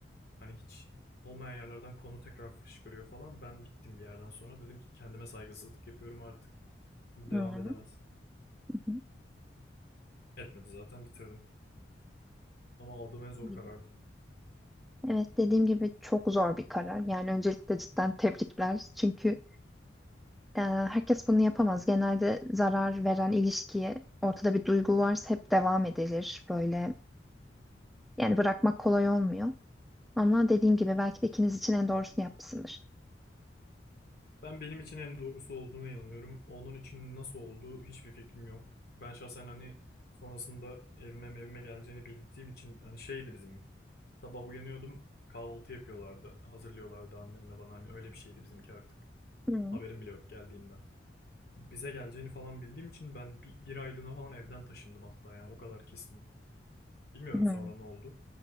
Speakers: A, on the left; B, in the centre.
A: Hani hiç olmayan yerlerden konu tekrar fışkırıyor falan. Ben bittim bir yerden sonra. Dedim ki kendime saygısızlık yapıyorum artık. Bu devam
B: Hı hı.
A: edemez.
B: Hı
A: Etmedi zaten bitirdim. Ama aldığım en zor
B: hı.
A: karardı.
B: Evet dediğim gibi çok zor bir karar. Yani öncelikle cidden tebrikler. Çünkü e, herkes bunu yapamaz. Genelde zarar veren ilişkiye ortada bir duygu varsa hep devam edilir. Böyle yani bırakmak kolay olmuyor. Ama dediğim gibi belki de ikiniz için en doğrusunu yapmışsındır.
A: Ben benim için en doğrusu olduğuna inanıyorum. Onun için nasıl olduğu hiçbir fikrim yok. Ben şahsen hani sonrasında evime evime geleceğini bildiğim için hani şeydi bizim sabah uyanıyordum kahvaltı yapıyorlardı hazırlıyorlardı annemle bana hani öyle bir şeydi bizimki artık.
B: Hı
A: Haberim bile yok geldiğinden. Bize geleceğini falan bildiğim için ben bir, bir aylığına falan evden taşındım hatta yani o kadar kesindim. Bilmiyorum
B: hı.
A: sonra ne oldu.